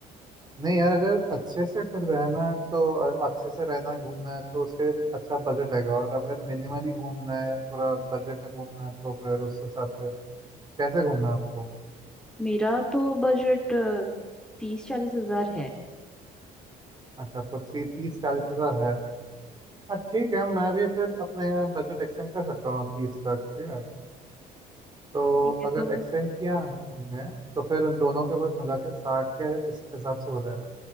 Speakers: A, on the right; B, in the centre.
A: नहीं यार अगर अच्छे से अगर रहना है तो अ- अच्छे से रहना है घूमना है तो उसके लिए अच्छा बजट लगेगा और अगर मिनिमली घूमना है थोड़ा बजट में घूमना है तो फिर उस हिसाब से कैसे घूमना है आपको
B: मेरा तो बजट तीस चालीस हजार है
A: अच्छा आपको ती, तीस चालीस हजार है हाँ ठीक है मैं भी फिर अपने बजट एक्सटेंड कर सकता हूँ तीस तक ठीक है तो
B: ठीक है
A: अगर
B: तो
A: एक्सटेंड किया हमने तो फिर दोनों के पास मिला के साठ के इस हिसाब से हो जाएगा